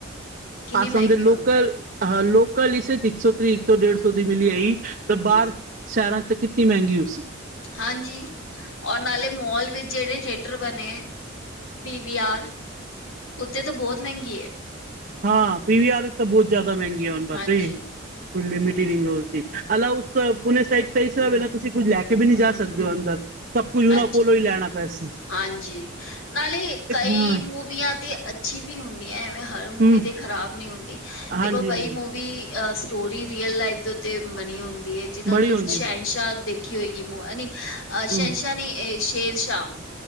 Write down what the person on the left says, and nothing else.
ਕਿੰਨੀ
ਮਹਿੰਗੀ
ਆ
ਹਮ
ਹਾਂਜੀ ਔਰ ਨਾਲੇ ਮੋਲ ਵਿੱਚ ਜੇੜੇ ਥੇਟਰ ਬਨੇ ਐ ਪੀ ਵੀ ਆਰ। ਓਥੇ ਤਾਂ ਬੋਤ ਮੈਂਗੀ ਐ।
ਹਾਂਜੀ
ਹਮ
ਹਮ
ਹਾਂਜੀ
ਹਾਂਜੀ ਨਾਲੇ ਕਈ
ਮੂਵੀਆਂ ਤੇ ਅੱ ਅੱਛੀ ਵੀ ਹੁੰਦੀ ਐ ਐਵੇਂ ਹਰ ਮੂਵੀ
ਤੇ ਖਰਾਬ ਨੀ ਹੁੰਦੀ ਦੇਖੋ
ਕਈ
ਮੂਵੀ ਅ ਸਟੋਰੀ ਰੀਅਲ ਲਾਈਫ ਦੇ ਉੱਤੇ ਬਨੀ ਹੁੰਦੀ ਐ ਜਿੱਦਾਂ
ਤੁਸੀਂ
ਸ਼ਨਸ਼ਾਹ ਦੇਖੀ ਹੋਏਗੀ ਮ ਅ
ਸ਼ਨਸ਼ਾਹ ਨੀ ਸ਼ੇਰ ਸ਼ਾਹ